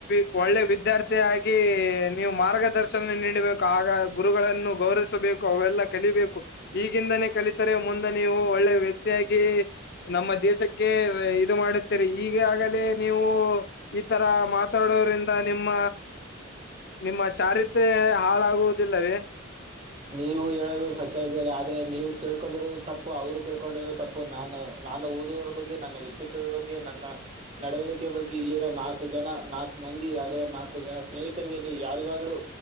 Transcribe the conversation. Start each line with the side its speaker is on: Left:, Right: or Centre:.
Left: ಒಳ್ಳೆ ಒಳ್ಳೆ ವಿದ್ಯಾರ್ಥಿಯಾಗಿ ನೀವು ಮಾರ್ಗದರ್ಶನ ನೀಡಬೇಕು ಆಗಾಗ್ ಗುರುಗಳನ್ನು ಗೌರವಿಸಬೇಕು ಅವೆಲ್ಲ ಕಲಿಬೇಕು ಈಗಿಂದನೇ ಕಲಿತರೆ ಮುಂದ್ ದನೆ ನೀವು ಒಳ್ಳೆ ವ್ಯಕ್ತಿಯಾಗಿ ನಮ್ಮ ದೇಶಕ್ಕೆ ಇದು ಮಾಡುತ್ತೀರಿ ಈಗ ಆಗಲೇ ನೀವು ಈ ತರ ಮಾತಾಡೋರಿಂದ ನಿಮ್ಮ ನಿಮ್ಮ ಚಾರಿತೆ ಹಾಳಾಗುವುದಿಲ್ಲವೇ.
Right: ನೀವು ಹೇಳದು ಸತ್ಯ ಇದೆರೀ ಆದ್ರೆ ನೀವು ತಿಳ್ಕೊಂಡಿರೋದು ತಪ್ಪು ಅವರು ತಿಳ್ಕೊಂಡಿರೋದು ತಪ್ಪು ಪ್ ನಾನು ನಾನು ಓದುವರ ಬಗ್ಗೆ ನನ್ನ ವ್ಯಕ್ತಿತ್ವದ ಬಗ್ಗೆ ನನ್ನ ನಡವಳಿಕೆ ಬಗ್ಗೆ ಇಲ್ಲಿರೋ ನಾಲ್ಕು ಜನ ನಾಲ್ಕು ಮಂದಿ ಆದರ ನಾಲ್ಕು ಜನ ಸ್ನೇಹಿತರಿಗೆ ನೀವು ಯಾರಿಗಾದ್ರೂ